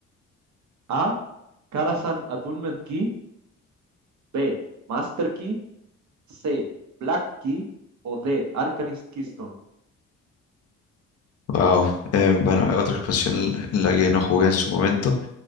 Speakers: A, on the right; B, on the left.
A: A. Karazhan Attunement Key. B. Master Key. C. Black Key. O D. Arcanist Keystone.
B: Wow. Eh, bueno, otra expansión en la que no jugué en su momento,